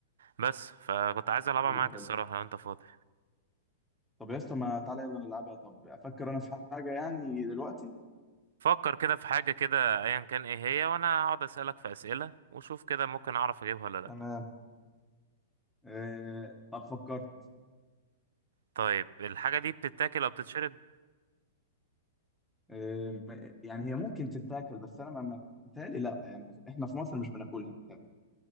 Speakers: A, on the right; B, in the centre.
A: بس فكنت عايز العبها
B: حلو
A: معاك
B: حلو
A: الصراحه لو انت فاضي
B: طب يا اسطى ما تعالى يلا نلعبها طب أفكر أنا في حاجة يعني دلوقتي
A: فكر كده في حاجه كده ايا كان ايه هي وانا هقعد اسالك في اسئله وشوف كده ممكن اعرف اجيبها ولا لا
B: تمام آه طب فكرت
A: طيب الحاجه دي بتتاكل او بتتشرب
B: آه م- يعني هي ممكن تتاكل بس أنا ما ما- متهيألي لأ يعني إحنا في مصر مش بناكلها متهيألي